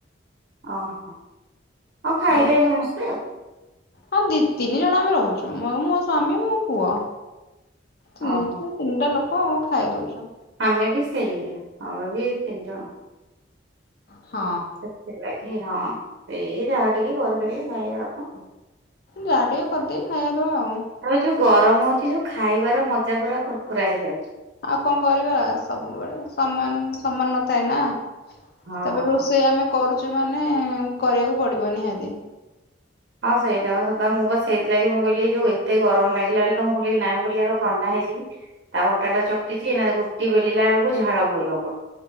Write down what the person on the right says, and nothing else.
ଓହୋ ହୋଉ ଖାଇବେ
ସମସ୍ତେ ଆଉ।
ଓହୋ।
ଆମେ ବି ସେଇଆ ଆମେ ବି ତିନି ଜଣ।
ହେଲା କିି ହଁ ସେଇ ଯାହା ଟିକେ କରିଦେଲେ ଖାଇବା କଥା।
ତା ଯୋଉ ଗରମ ହୋଉଛି ଯୋଉ ଖାଇବାର ମଜା ପୁରା କୁୁର୍ କୁରା ହେଇଯାଉ
ହଁ।
ହଁ ସେଇଟା ବା ସତ ମୁଁ ବା ସେଇଥିଲାଗି ମୁଁ କହିଲି ଯୋଉତ ଗମ ଲାଗିଲା ବୋଲି ମୁ କହିଲି ନାଇ ମୁଁ ଆଗ ଥଣ୍ଡା ହେଇିଯିବି। ତା ଅଟାଟା ଚକ୍ଟିଚି ନା ରୁଟି ବେଲିଲା ବେଳକୁ ଝାଳ ବୋହିବା ପୁଣି,